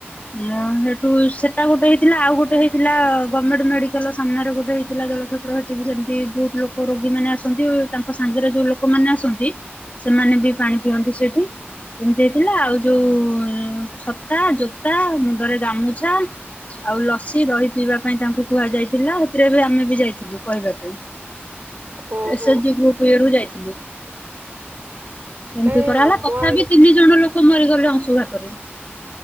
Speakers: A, on the left (about 35°); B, on the right (about 50°).
A: ଇଅ ସେଠୁ ସେଟା ଗୋଟେ ହେଇଥିଲା ଆଉ ଗୋଟେ ହେଇଥିଲା ଗଭର୍ଣ୍ଣମେଣ୍ଟ ମେଡିକାଲ ସାମ୍ନାରେ ଗୋଟେ ହେଇଥିଲା ଜଳଛତ୍ର ହେଠିକ ସେମିତି ବହୁତ ଲୋକ ରୋଗୀ ମାନେ ଆସନ୍ତି ତାଙ୍କ ସାଙ୍ଗରେ ଯୋଉ ଲୋକମାନେ ଆସନ୍ତି ସେମାନେ ବି ପାଣି ପିଅନ୍ତି ସେଠି ଏମିତି ଥିଲା ଆଉ ଯୋଉ ଛତା ଜୋତା ମୁଣ୍ଡରେ ଗାମୁଛା ଆଉ ଲସି ଦହି ପିଇବା ପାଇଁ ତାଙ୍କୁ କୁହାଯାଇଥିଲା । ଆମେ ବି ଯାଇଥିଲୁ କହିବା ପାଇଁ
B: ଓହୋ
A: ଏସେଜି ଗ୍ରୁପ ଇରୁ ଯାଇଥିଲୁ। ଏମତି
B: କାଇଁ
A: କରାଗଲା
B: ଆମ
A: ତଥାବି
B: ଆଡେ
A: ତିନି ଜଣ ଲୋକ । ମରିଗଲେ ଅଂଶୁଘାତ ରେ ।